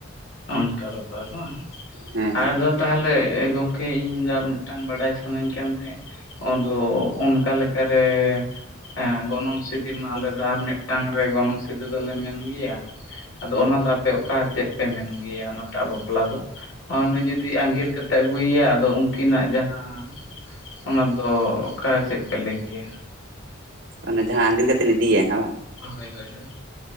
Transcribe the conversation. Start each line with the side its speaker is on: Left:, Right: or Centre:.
Left: ᱚᱱᱠᱟ ᱵᱮᱯᱟᱨ ᱵᱟᱝ,
Right: ᱦᱮᱸ ᱦᱮᱸ
Left: ᱟᱨᱫᱚᱯ ᱛᱟᱦᱚᱞᱮ ᱜᱚᱝᱠᱮ ᱤᱧᱫᱚ ᱟᱨ ᱢᱤᱫᱴᱟᱝ ᱵᱟᱰᱟᱭ ᱥᱟᱱᱟᱧ ᱠᱟᱱ ᱛᱟᱦᱮᱸᱫ᱾ ᱚᱸᱫᱚ ᱚᱱᱠᱟ ᱞᱮᱠᱟᱨᱮ ᱦᱮᱸ ᱜᱚᱱᱚᱝ ᱥᱤᱫᱤ ᱢᱟ ᱟᱞᱮ ᱫᱚ ᱟᱨ ᱢᱤᱫᱴᱟᱝ ᱨᱮ ᱜᱚᱱᱚᱝ ᱥᱤᱫᱤ ᱫᱚᱞᱮ ᱢᱮᱱ ᱜᱮᱭᱟ᱾ ᱟᱫᱚ ᱚᱱᱟ ᱫᱚ ᱟᱯᱮ ᱚᱠᱟ ᱪᱮᱫ ᱯᱮ ᱢᱮᱱ ᱜᱮᱭᱟ ᱚᱱᱟᱴᱟᱜ ᱵᱟᱯᱞᱟ ᱫᱚ? ᱚᱱᱮ ᱡᱩᱫᱤ ᱟᱸᱜᱤᱨ ᱠᱟᱛᱮᱜ ᱟᱹᱜᱩᱭᱭᱟ ᱟᱫᱚ ᱩᱱᱠᱤᱱᱟᱜ ᱡᱟᱦᱟᱸ ᱚᱱᱟ ᱫᱚ ᱚᱠᱟ ᱪᱮᱫ ᱯᱮ ᱞᱟᱹᱭ ᱜᱮᱭᱟ?
Right: ᱚᱱᱮ ᱡᱟᱦᱟᱸ ᱟᱸᱜᱤᱨ ᱠᱟᱛᱮᱱ ᱤᱫᱤᱭ ᱮᱱᱟ ᱵᱟᱝ?
Left: ᱦᱳᱭ ᱦᱳᱭ ᱦᱳᱭ᱾